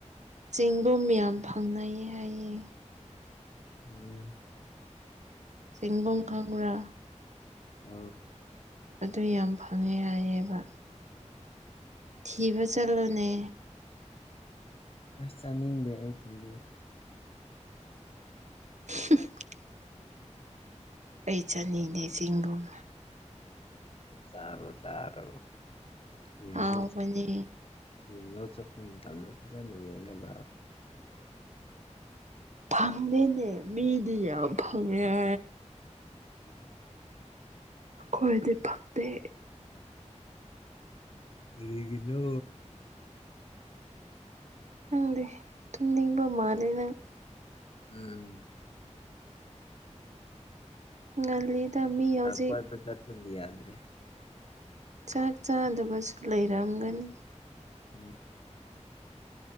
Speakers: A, on the right; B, on the left.
A: ꯆꯤꯡꯒꯨꯝ ꯌꯥꯝ ꯐꯪꯅꯩ ꯍꯥꯏꯌꯦ
B: ꯎꯝ
A: ꯆꯤꯕꯝ ꯈꯪꯕ꯭ꯔ
B: ꯑ
A: ꯑꯗꯨ ꯌꯥꯝ ꯐꯪꯉꯦ ꯍꯥꯏꯌꯦꯕ ꯊꯤꯕ ꯆꯠꯂꯣꯅꯦ
B: ꯑꯁ ꯆꯥꯅꯤꯡꯗꯦ ꯑꯩ ꯆꯤꯡꯒꯨꯝ
A: <unintelligible> ꯑꯩ ꯆꯥꯅꯤꯡꯉꯦ ꯆꯤꯡꯒꯨꯝ
B: ꯆꯔꯣ ꯆꯥꯔꯣ ꯌꯦꯅ
A: ꯍꯥꯎꯕꯅꯦ
B: ꯌꯦꯡꯅꯣ ꯆꯠꯄ ꯃꯇꯝꯗ ꯐꯖꯅ ꯌꯦꯡꯒꯠꯂꯛꯑꯣ
A: ꯐꯪꯗꯦꯅꯦ ꯃꯤꯗꯤ ꯌꯥꯝ ꯐꯪꯉꯦ
B: ꯎꯝ
A: ꯈꯣꯏꯗ ꯐꯛꯦ
B: ꯀꯔꯤꯒꯤꯅꯣ
A: ꯅꯪꯗꯤ ꯇꯨꯝꯅꯤꯡꯕ ꯃꯥꯂꯦ ꯅꯪ
B: ꯎꯝ
A: ꯉꯜꯂꯤꯗ ꯃꯤ ꯍꯧꯖꯤꯛ
B: ꯄꯗ ꯆꯠꯄꯪꯗꯤ ꯌꯥꯗ꯭ꯔꯦ
A: ꯆꯥꯛ ꯆꯥꯗꯕꯁꯨ ꯂꯩꯔꯝꯒꯅꯤ
B: ꯎꯝ